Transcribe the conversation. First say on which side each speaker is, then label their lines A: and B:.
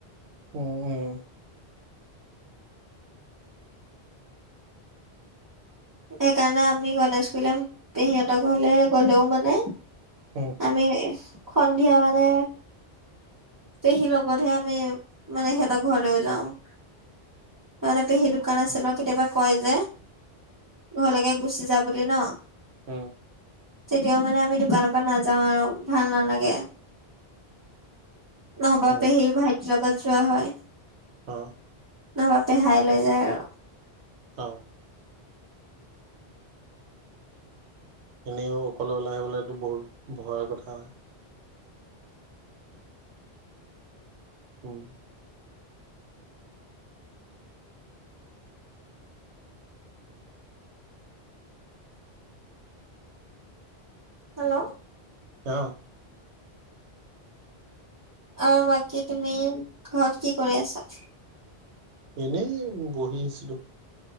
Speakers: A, on the right; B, on the right.
A: উম - উম।
B: সেইকাৰণে আমি গনেশকুইলম পেহীহঁতৰ ঘৰলে গ'লেও মানে
A: উম
B: আমি সন্ধিয়া মানে পেহীৰ লগতহে আমি মানে সিহঁতৰ ঘৰলেও যাও। তাতে পেহী দোকান আছে ন কেতিয়াবা কয় যে ঘলেকে ঘুচি যা বুলি ন।
A: উম
B: তেতিয়াও মানে আমি দোকানৰ পৰা নাযাও আৰু ভাল নালাগে। নহবা
A: উম,
B: পেহী ভাইটিৰ লগত যোৱা হয়।
A: অ,
B: নহবা পেহাই লৈ যায় আৰু।
A: অ', এনেইও অকলে ওলাই আহিবলৈতো বহুত ভয়ৰ কথা। উম,
B: হেল্ল',
A: অ',
B: আহ বাকী তুমি ঘৰত কি কৰি আছা?
A: এনেই বহি আছিলো।